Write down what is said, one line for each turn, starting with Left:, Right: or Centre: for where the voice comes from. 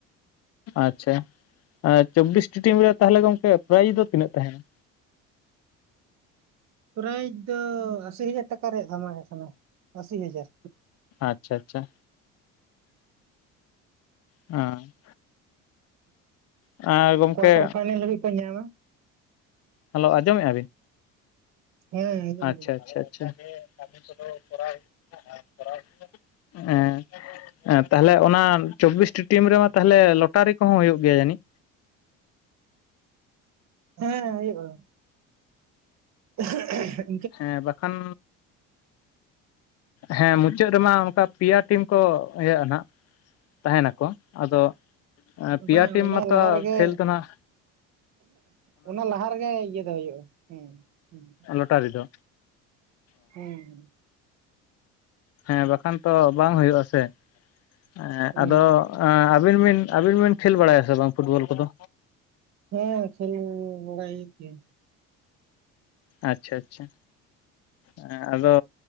Left: ᱟᱪᱪᱷᱟ, ᱮᱸ ᱪᱚᱵᱽᱵᱤᱥ ᱴᱤᱢ ᱨᱮᱭᱟᱜ ᱛᱟᱦᱞᱮ ᱜᱚᱝᱠᱮ ᱯᱨᱟᱭᱤᱡᱽ ᱫᱚ ᱛᱤᱱᱟᱹᱜ ᱛᱟᱦᱮᱸᱱᱟ?
Right: ᱯᱨᱟᱭᱤᱡᱽ ᱫᱚ ᱟᱥᱤ ᱦᱟᱡᱟᱨ ᱴᱟᱠᱟ ᱨᱮᱭᱟᱜ ᱫᱷᱟᱢᱟᱠᱟ ᱠᱟᱱᱟ ᱟᱥᱤ ᱦᱟᱡᱟᱨ᱾
Left: ᱟᱪᱪᱷᱟ ᱟᱪᱪᱷᱟ ᱚᱸ᱾ ᱟᱨ ᱜᱚᱝᱠᱮ
Right: ᱠᱚᱣᱟᱴᱟᱨ ᱯᱷᱟᱭᱱᱮᱞ ᱦᱟᱹᱵᱤᱡᱽ ᱠᱚ ᱧᱟᱢᱟ᱾
Left: ᱦᱮᱞᱳ ᱟᱸᱡᱚᱢᱮᱜᱼᱟ ᱵᱤᱱ?
Right: ᱦᱮᱸ ᱟᱸᱡᱚᱢ
Left: ᱟᱪᱪᱷᱟ
Right: ᱫᱟᱹᱧ
Left: ᱟᱪᱪᱷᱟ ᱟᱪᱪᱷᱟ᱾ ᱠᱟᱹᱢᱤ ᱥᱚᱢᱚᱭ ᱠᱚᱨᱟᱣ ᱟᱨ ᱠᱚᱨᱟᱣ ᱞᱟᱹᱜᱤᱫ ᱮᱸ ᱮ ᱛᱟᱦᱞᱮ ᱚᱱᱟ ᱪᱚᱵᱵᱤᱥᱴᱤ ᱴᱤᱢ ᱨᱮᱢᱟ ᱛᱟᱦᱞᱮ ᱞᱚᱴᱟᱨᱤ ᱠᱚᱦᱚᱸ ᱦᱩᱭᱩᱜ ᱜᱮᱭᱟ ᱡᱟᱹᱱᱤᱡ?
Right: ᱦᱮᱸ ᱦᱩᱭᱩᱜᱼᱟ᱾ <unintelligible>
Left: ᱦᱮᱸ ᱵᱟᱠᱷᱟᱱ ᱦᱮᱸ ᱢᱩᱪᱟᱹᱫ ᱨᱮᱢᱟ ᱚᱱᱠᱟ ᱯᱮᱭᱟ ᱴᱤᱢ ᱠᱚ ᱤᱭᱟᱹᱜᱼᱟ ᱱᱟᱦᱟᱸᱜ ᱛᱟᱦᱮᱸᱱᱟᱠᱚ ᱟᱫᱚ ᱯᱤᱭᱟ
Right: ᱵᱟᱝ
Left: ᱴᱤᱢ
Right: ᱚᱱᱟ
Left: ᱢᱟᱛᱚ
Right: ᱞᱟᱦᱟ ᱨᱮᱜᱮ
Left: ᱠᱷᱮᱞ ᱫᱚ ᱱᱟᱸᱜ
Right: ᱚᱱᱟ ᱞᱟᱦᱟ ᱨᱮᱜᱮ ᱤᱭᱟᱹ ᱫᱚ ᱦᱩᱭᱩᱜᱼᱟ, ᱦᱩᱸ ᱦᱩᱸ᱾
Left: ᱞᱚᱴᱟᱨᱤ ᱫᱚᱼᱼ
Right: ᱦᱮᱸ
Left: ᱦᱮᱸ ᱵᱟᱠᱷᱟᱱ ᱛᱚ ᱵᱟᱝ ᱦᱩᱭᱩᱜ ᱟᱥᱮ, ᱮ
Right: ᱦᱮᱸ
Left: ᱟᱫᱚᱼᱼ ᱮ ᱟᱵᱤᱱ ᱵᱤᱱ ᱟᱵᱤᱱ ᱵᱤᱱ ᱠᱷᱮᱞ ᱵᱟᱲᱟᱭᱟ ᱥᱮ ᱵᱟᱝ ᱯᱷᱩᱴᱵᱚᱞ ᱠᱚ ᱫᱚ?
Right: ᱦᱮ ᱠᱷᱮᱞ ᱵᱟᱲᱟᱭ ᱦᱳᱭᱳᱜ ᱜᱮᱭᱟ᱾
Left: ᱟᱪᱪᱷᱟ ᱟᱪᱪᱷᱟ, ᱮ ᱟᱫᱚᱼᱼ